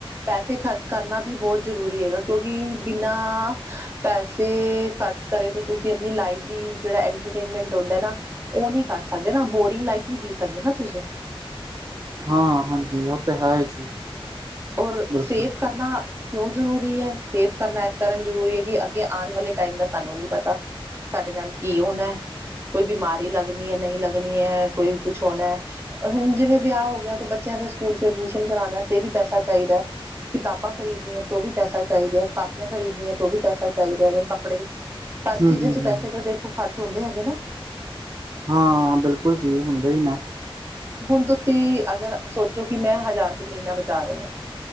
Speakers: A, on the right (about 25°); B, on the right (about 40°).
A: ਪੈਸੇ ਖਰਚ ਕਰਨਾ ਵੀ ਬਹੁਤ ਜ਼ਰੂਰੀ ਹੈਗਾ ਕਿਉਂਕਿ ਬਿਨਾਂ ਪੈਸੇ ਖਰਚ ਕਰੇ ਤੇ ਤੁਸੀਂ ਆਪਣੀ ਲਾਈਫ ਦੀ ਜਿਹੜਾ ਏਟਰਟੇਮਟ ਹੂੰਦਾ ਨਾ ਉਹ ਨੀ ਕਰ ਸਕਦੇ ਨਾ ਬੋਰਿੰਗ ਲਾਈਫ ਨੀ ਜੀ ਸਕਦੇ ਨਾ ਤੁਸੀਂ।
B: ਹਾਂ ਹਾਂਜੀ ਉਹ ਤਾਂ ਹੈ ਜੀ।
A: ਔਰ
B: ਬਿਲਕੁਲ
A: ਸੇਫ ਕਰਨਾ ਕਿਉਂ ਜ਼ਰੂਰੀ ਐ ਸੇਫ ਕਰਨਾ ਇਸ ਕਾਰਨ ਜ਼ਰੂਰੀ ਐ ਕਿ ਅੱਗੇ ਆਣ ਵਾਲੇ ਟਾਈਮ ਦਾ ਤੁਹਾਨੂੰ ਨੀ ਪਤਾ। ਤੁਹਾਡੇ ਨਾਲ ਕੀ ਹੋਣਾ, ਕੋਈ ਬਿਮਾਰੀ ਲੱਗਣੀ ਐ ਨਈ ਲੱਗਣੀ ਐ ਕੋਈ ਕੁਛ ਹੋਣਾ। ਹੁਣ ਜਿਵੇਂ ਵਿਆਹ ਹੋ ਗਿਆ ਤੇ ਬੱਚਿਆਂ ਦੇ ਸਕੂਲ ਚ ਐਡਮਿਸ਼ਨ ਕਰਾਣਾ ਤੇ ਵੀ ਪੈਸਾ ਚਾਹੀਦਾ ਐ। ਕਿਤਾਬਾਂ ਖਰੀਦਣੀਆਂ ਤੋ ਵੀ ਪੈਸਾ ਚਾਹੀਦਾ ਹੈ, ਕਾਪੀਆਂ ਖਰੀਦਣੀਆਂ ਤੋ ਵੀ ਪੈਸਾ ਚਾਹੀਦਾ ਐ, ਕੱਪੜੇ ਸਾਰੀ
B: ਹਮ
A: ਚੀਜ਼ਾਂ
B: ਹਮ
A: ਚ
B: ਹਮ
A: ਪੈਸੇ ਤਾਂ ਦੇਖੋ ਖਰਚ ਹੁੰਦੇ ਹੈਗੇ ਨਾ।
B: ਹਾਂ ਬਿਲਕੁਲ ਜੀ ਹੁੰਦੇ ਈ ਨਾ
A: ਹੁਨ ਤੁਸੀਂ ਅਗਰ ਸੋਚੋ ਕਿ ਮੈਂ ਹਜ਼ਾਰ ਰੁਪਏ ਮਹੀਨਾ ਬਚਾ ਰੇਯਾ ਆ